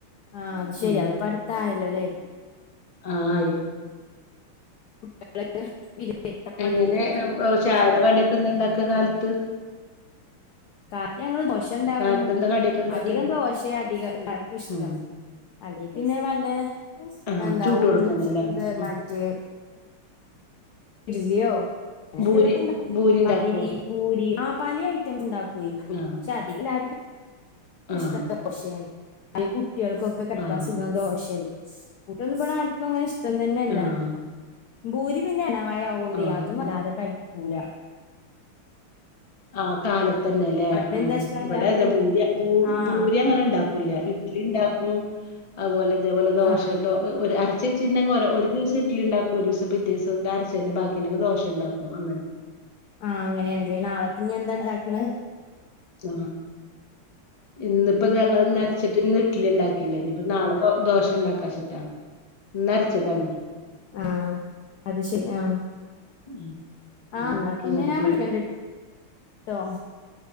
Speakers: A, on the left; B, on the left.
A: ആഹ് അത് ശരിയാത്
B: ഉം
A: പടുത്തായല്ലോ ല്ലേ.
B: ആഹ് ആയി.
A: <unintelligible>
B: എങ്ങനെ ചായയുടെ കടിയൊക്കെ ന്താ ണ്ടാക്യാ കാലത്ത്?
A: കാത്തി ഞങ്ങള് ദോശ ണ്ടകും
B: കാലത്ത് എന്താ കടിയൊക്കെ ഇണ്ടാക്കല്
A: അധികം ദോശ അധികം എല്ലാർക്കും ഇഷ്ടം
B: ഉം
A: അല്ലെ പിന്നെ വല്ല
B: ആഹ്
A: എന്താ
B: ചൂട്ട്
A: ഉഴുന്ന്
B: കൊടുക്കന്നെല്ലേ ഉം
A: മറ്റേ- ഇല്ലയോ അങ്ങന
B: ഭൂരി
A: എന്തതൊക്കെ ഇണ്ടാക്കും
B: ഭൂരി ഇണ്ടാക്കോ
A: പത്തിരി പൂരി ആ പല ഐറ്റംസ് ഉണ്ടാക്കുവയി-
B: ആഹ്
A: അധിക എല്ലാ രും
B: ആഹ്
A: ഇഷ്ട ദോശയാണ് അ കുട്ടികൾക്കൊക്കെ കെ യിക്കാൻ
B: ആഹ്
A: സുഖം ദോശല്ലേ കൂട്ടൊന്നും ഇപ്പൊ അങ്ങനെ ഇഷ്ടം തന്നെയല്ല
B: ആഹ്
A: ഭൂരി പിന്നെ ഇണവായ ആവുകൊണ്ട്
B: ആഹ്
A: അതും വല്ലാതെ കഴിക്കൂല
B: ആ കാലത്ത തന്നെ അല്ലേ
A: അവിടെ
B: ഉ
A: എന്താ ഇഷ്ടം
B: ഇവിടെ
A: എല്ലാർക്കും
B: അതെ ഭൂരി ഭൂ
A: ആഹ്
B: ഭൂരി അങ്ങനെ ണ്ടാക്കും ഇഡലി ണ്ടാക്കും അതുപോലെ അതേപോലെ ദോശെ
A: ആഹ്
B: അരച്ചച്ചീന്ന ഒരു ദിവസ ഇട്ടലിണ്ടാക്കും ഒരു ദിവസം പിറ്റേ ദിവസം അരച്ച തന്നെ ബാക്കി- ദോഷംണ്ടാക്കും അങ്ങനെ
A: ആഹ് അങ്ങനെയണല്ലേ നാളക്ക് ഞ്ഞ്എന്താ ണ്ടാക്കണ്
B: ആ ഇന്നിപ്പോ ഞങ്ങ നിരച്ചിട്ട് ഇന്ന് ഇട്ടലി ഉണ്ടാക്കി നാളെ ദോശ ണ്ടാക്കാന്ന്ചിട്ട ന്ന് അരച്ചതാ
A: ആഹ അത് ശരി ആഹ
B: ഉം ഉം.
A: ആ പിന്നെ
B: അങ്ങനെ
A: ഞാൻ
B: ചെയ്യും
A: വിളിക്ക ട്ടോ